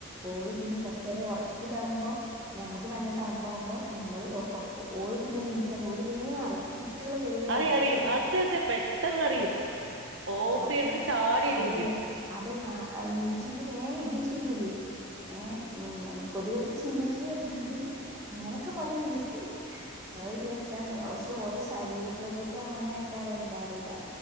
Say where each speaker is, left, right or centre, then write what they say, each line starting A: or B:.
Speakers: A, on the right; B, on the right.
A: ഓള് പിന്നെ കൊർചേരം ഒർക് താവുമ്പോ ഞമ്മ നമുക്ക് നല്ല തണുപ്പാകുമ്പോൾ നമ്മള് ഓഫാക്കും ഓള് പിന്നെ നീച്ചാണ്ട് ഒല് വേമറിമ് ട്ടിയാൾ വേരെ
B: അറിയാം
A: അറിമ്
B: അറിയും
A: ചെറിയെ കുട്ടിയാള്
B: അതെ അതെ പെട്ടെന്നറിയും ഓഫ്
A: ആഹ് അപ്പോ
B: ചെയ്യണത് ചാടി എണീക്കും
A: അത് ലെ അത് താ നീച്ചാണ്ട് വേഗം ഇടും ചെയ്യോല് ഏ ഉ കൊത്‌കട്ച്ച് ട് ഈഹ് പറഞ്കാണ്ട് അങ്ങനൊക്കെ പറ്യോല് അ ഒരു രസാണ് പക്ഷെ ഓല ശെ ശരീര പ്ര്രകൃത അങ്ങനെ ആക്കാരാ എന്താ അറിയില്ല